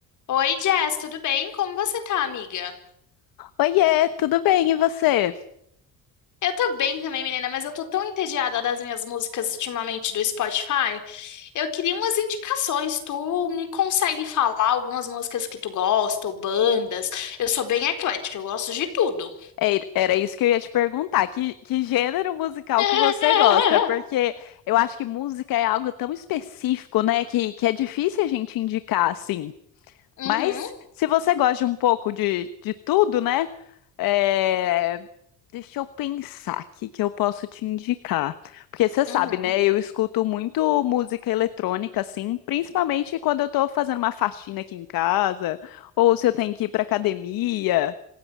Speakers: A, on the left; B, on the left.
A: Oi, Jess, tudo bem? Como você tá, amiga?
B: Oiê, tudo bem? E você?
A: Eu tô bem também, menina, mas eu tô tão entediada das minhas músicas ultimamente do Spotify. Eu queria umas indicações. Tu me consegue falar algumas músicas que tu gosta, ou bandas? Eu sou bem eclética, eu gosto de tudo.
B: É, Era isso que eu ia te perguntar. Que, que gênero musical
A: <laughs>
B: que você gosta? Porque eu acho que música é algo tão específico, né? Que, que é difícil a gente indicar assim.
A: Uhum,
B: Mas se você gosta de um pouco de, de tudo, né? é, Deixa eu pensar aqui que eu posso te indicar. Porque você sabe,
A: uhum.
B: né? Eu escuto muito música eletrônica, assim, principalmente quando eu tô fazendo uma faxina aqui em casa, ou se eu tenho que ir pra academia.